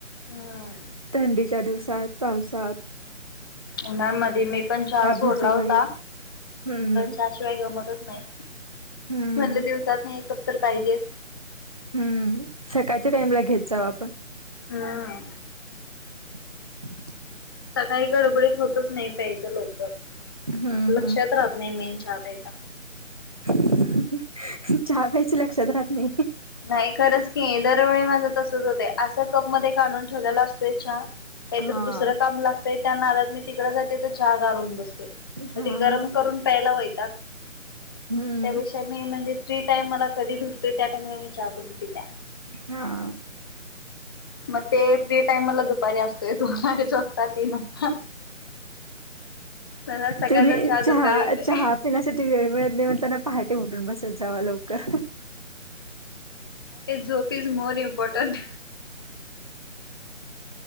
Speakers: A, on the left; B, on the right.
A: हम्म
B: थंडीच्या दिवसात पावसात.
A: उन्हामध्ये मी पण चहा सोडला
B: भजी वगैरे
A: होता
B: हम्म
A: चहाशिवाय गमतच नाही.
B: हम्म
A: म्हणटलं दिवसात एक कप तर पाहिजेच.
B: हम्म सकाळच्या टाइमला घेत जावा पण
A: हम्म.
B: <inaudible>
A: सकाळी गडबडीत होतच नाही प्यायचं लवकर
B: हम्म
A: लक्षात
B: हम्म
A: राहत नाही मेन चहा प्यायच.
B: चहा प्यायच लक्षात राहत नाही.
A: नाही खरंच की दरवेळी माझं तसच होते असं कप मध्ये काढून ठेवलेला असतोय चहा काहीतर
B: हा
A: दुसरं काम लागतंय त्या नादात मी तिकड जाते तर चहा गारून बसतेय
B: हा
A: मग ते गरम करून प्यायला वैताग येतोय.
B: हम्म
A: त्यापेक्षा मी म्हणजे फ्री टाइम मला कधी भेटतोय त्या टाइमला मी चहा करून पित्या
B: हा..
A: मग ते फ्री टाइम मला दुपारी असतोय दोन साडेच वाजता तीन वाजता.. मला सकाळचा
B: तुम्ही चहा
A: दुपारी होतोय.
B: चहा पिण्यासाठी वेळ मिळत नाही. म्हणताना पहाटे उठून बस... सजावा लवकर...
A: म झोप इज मोर इमपॉर्टंट...